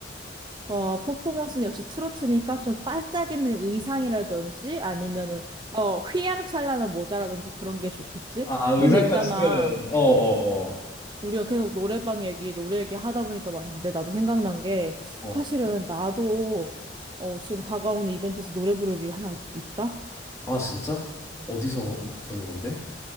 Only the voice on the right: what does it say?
어, 퍼포먼스는 역시 트로트니까 좀 반짝이는 의상이라든지 아니면은 어, 휘황찬란한 모자라든지 그런 게 좋겠지?
근데 있잖아.
우리가 계속 노래방 얘기, 노래 얘기 하다 보니까 말인데 나도 생각난 게
사실은
나도 어, 지금 다가오는 이벤트에서 노래 부를 일이 하나 있- 있다?